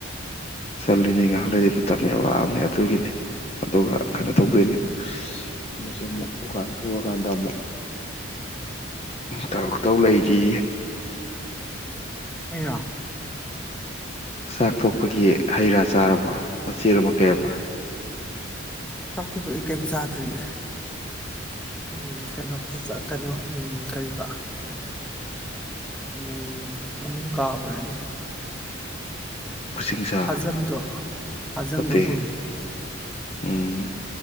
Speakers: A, on the left (about 30°); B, in the centre.
A: ꯆꯂꯤꯅꯤ ꯉꯥꯏꯍꯥꯟ ꯂꯩꯗꯤ ꯃꯇꯝ ꯌꯎꯔꯛꯑꯕꯅꯦ ꯑꯗꯨꯒꯤꯅꯤ ꯑꯗꯨꯒ ꯀꯩꯅꯣ
B: ꯎꯝ
A: ꯇꯧꯗꯣꯏꯅꯤ ꯑꯩꯅꯁꯨ ꯑꯃꯨꯛ ꯗꯨꯀꯥꯟ ꯊꯣꯛꯔꯀꯥꯟꯗ ꯑꯃꯨꯛ ꯇꯧꯔꯛꯇꯧ ꯂꯩꯔꯤ
B: ꯍꯥꯏꯔ
A: ꯆꯥꯛ ꯊꯣꯛꯄꯒꯤ ꯍꯩ ꯔꯥ ꯆꯥꯔꯕ ꯃꯆꯦ ꯑꯃ ꯀꯩ ꯑꯃ
B: ꯆꯥꯛꯊꯣꯛꯄ ꯑꯩ ꯀꯩꯝ ꯆꯥꯗ꯭ꯔꯤꯦ ꯎꯝ ꯀꯩꯅꯣ ꯀꯩꯅꯣ ꯎꯝ ꯀꯔꯤꯕ ꯎꯝ ꯃꯃꯤ ꯀꯥꯕꯣꯔꯅꯦ
A: ꯈꯨꯁꯤꯡꯁꯥ
B: ꯍꯥꯖꯝꯗꯣ ꯍꯖꯝꯗꯨꯣ
A: ꯅꯠꯇꯦ
B: ꯎꯝꯃꯤ
A: ꯎꯝ